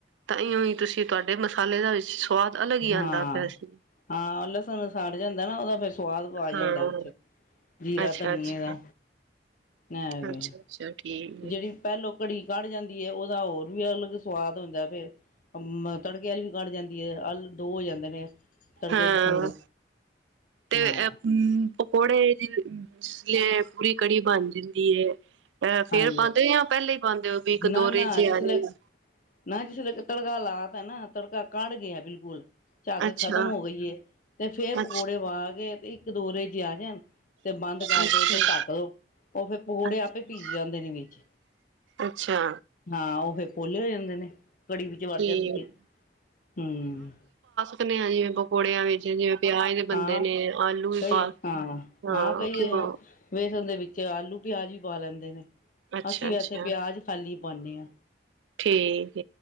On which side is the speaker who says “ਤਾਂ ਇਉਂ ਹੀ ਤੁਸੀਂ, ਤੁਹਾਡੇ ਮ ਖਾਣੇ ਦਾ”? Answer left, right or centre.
Right